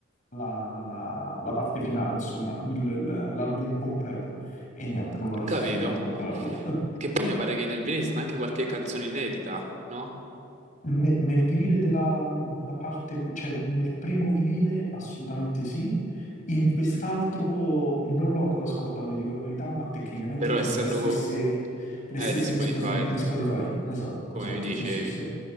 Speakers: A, on the left; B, on the right.
A: la, la- la- la parte finale, insomma, il- il- l'album completo, e niente, non ho resistito
B: capito.
A: a non comprarlo. <laughs>
B: Che poi mi pare che nel vinile sta anche qualche canzone inedita, no?
A: Ne- Nel vinile della, della parte, cioè nel primo vinile assolutamente sì, in quest'altro
B: Mhm.
A: non l'ho ancora ascoltato, vi dico la verità, ma tecnicamente
B: Però
A: ci
B: essendo
A: sono le stesse,
B: co-
A: le
B: eh,
A: stesse
B: di Spotify,
A: di, Sposi- di Spotify. Esatto,
B: come
A: esatto,
B: mi dicevi,
A: sì, sì, sì,